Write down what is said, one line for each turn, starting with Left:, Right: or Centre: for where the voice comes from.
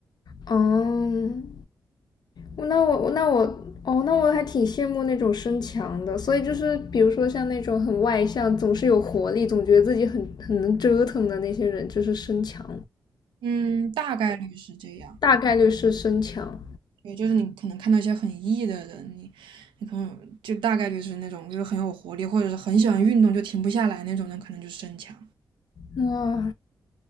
Left: 嗯，那我那我哦，那我还挺羡慕那种身强的。所以就是比如说像那种很外向、总是有活力、总觉得自己很很能折腾的那些人，就是身强，
Right: 嗯，大概率是这样。
Left: 大概率是身强。
Right: 也就是你可能看到一些很 E 的人，你你可能就大概率是那种就是很有活力，或者是很喜欢运动就停不下来那种人，可能就是身强。
Left: 哇，